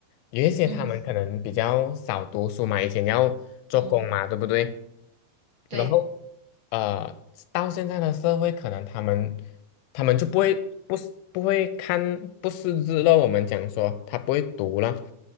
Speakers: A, on the left; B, on the right.
A: 有一些他们可能比较少读书嘛，
B: 嗯
A: 以前要做工嘛，
B: 嗯，
A: 对不对？
B: 对，
A: 然后呃，到现在的社会，可能他们他们就不会不是不会看不识字了。我们讲说他不会读了，